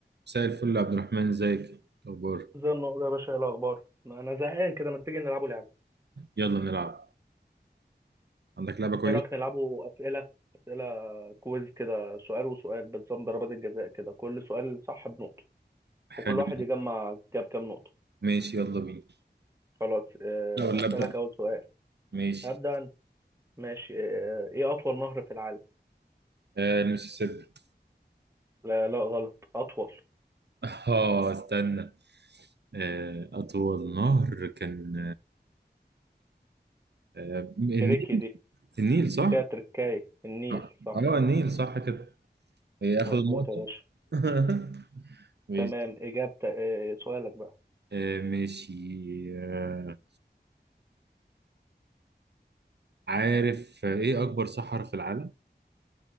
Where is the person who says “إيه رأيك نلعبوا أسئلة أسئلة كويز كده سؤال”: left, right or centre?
Right